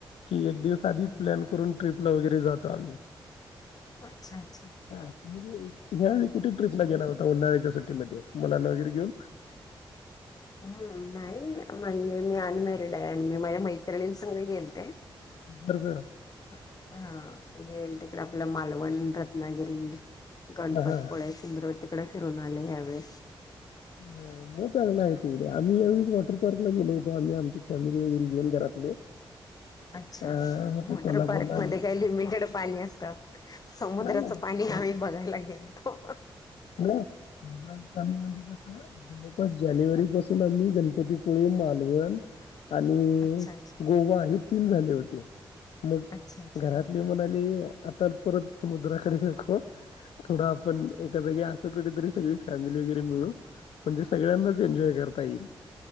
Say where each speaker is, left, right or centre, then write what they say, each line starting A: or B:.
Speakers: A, on the left; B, on the left.
A: की एक दिवस आधीच
B: हम्म
A: प्लॅन करून ट्र्रीप वगैरे जातो आ
B: अच्छाच्छा
A: हा तु ज यावेळी कुठे ट्रिपला गेला होता उन्हाळ्याच्या सुटीमध्ये मुलांना वगैरे घेऊन
B: हम्म नाही म्हणजे मी अनमॅरिड आहे आणि मी माझ्या मैत्रिणीं सग गेेतते
A: तर जर-
B: हा हते इड आपलं मालवण रत्नागिरी गणपतपळे
A: हा हा
B: सुिंदरवती तकडे फिरून आले आहेवे
A: हम मग चग आहे तडे आम्ही कर्ल ला गेलो होतो आम्ही आमची फॅमिली वगैरे घेऊन घरातले.
B: अच्छा
A: अं, ते
B: वॉटर
A: कोल्हापूरला
B: पार्क
A: आम्ही
B: मध्ये काही लिमिटेड पाणी असतात. समुद्राचं
A: नाही नाही
B: पाणी आम्ही बघायला गेलतो
A: नाय समुद्राच पाणी म्हणजे कसं जवळपास जानेवारी
B: अच्छा
A: पासून आम्ही गण गणपतीपुळे मालवण. आणि
B: अच्छा
A: गोवा हे तीन झाले होते मग
B: अच्छा अच्छा
A: घरातले म्हणाले. आता. परत समुद्राकडे नको थोडा आपण एका जागी असं कुठेतरी सगळी फॅमिली वगैरे मिळू म्हणजे सगळ्यांनाच एन्जॉय करता येईल.